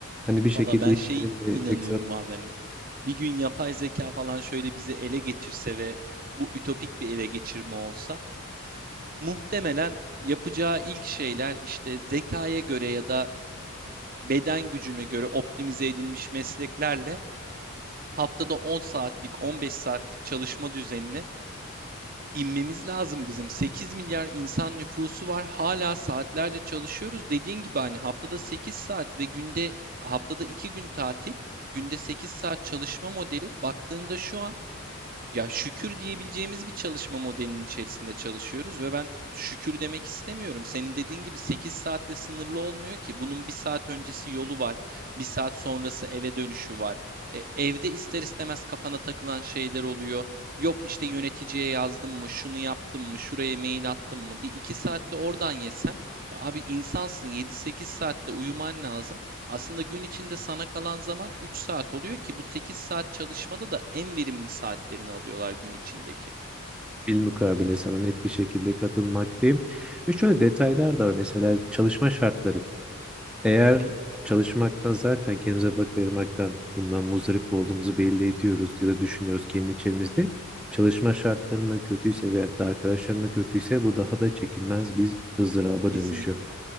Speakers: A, in the centre; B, on the right.
A: Hani bir şekilde
B: Valla ben
A: iş
B: şey
A: yerinde
B: inanıyorum
A: ekstra
B: abi hani bir gün yapay zeka falan şöyle bizi ele geçirse ve bu ütopik bir ele geçirme olsa muhtemelen yapacağı ilk şeyler işte zekaya göre ya da beden gücüne göre optimize edilmiş mesleklerle haftada 10 saatlik 15 saatlik çalışma düzenine inmemiz lazım bizim. 8 milyar insan nüfusu var. Hala saatlerce çalışıyoruz. Dediğin gibi hani haftada 8 saat ve günde haftada 2 gün tatil, günde 8 saat çalışma modeli baktığında şu an ya şükür diyebileceğimiz bir çalışma modelinin içerisinde çalışıyoruz ve ben şükür demek istemiyorum. Senin dediğin gibi 8 saatle sınırlı olmuyor ki. Bunun bir saat öncesi yolu var, bir saat sonrası eve dönüşü var. E, evde ister istemez kafana takılan şeyler oluyor. Yok işte yöneticiye yazdım mı, şunu yaptım mı, şuraya mail attım mı? Bir iki saatte oradan yesen. Ya abi insansın yedi sekiz saatte uyuman lazım. Aslında gün içinde sana kalan zaman 3 saat oluyor ki bu 8 saat çalışmada da en verimli saatlerini alıyorlar gün içindeki.
A: bilmukabele sana net bir şekilde katılmaktayım. Ve şöyle detaylar da var. Mesela çalışma şartları. Eğer
B: Hı hı.
A: çalışmaktan zaten kendimize vakit ayırmaktan bundan muzdarip olduğumuzu belli ediyoruz ya da düşünüyoruz kendi içerimizde. Çalışma şartlarının kötüyse veyahut da arkadaşlarının kötüyse bu daha da çekilmez bir ızdıraba
B: Kesinlikle.
A: dönüşüyor.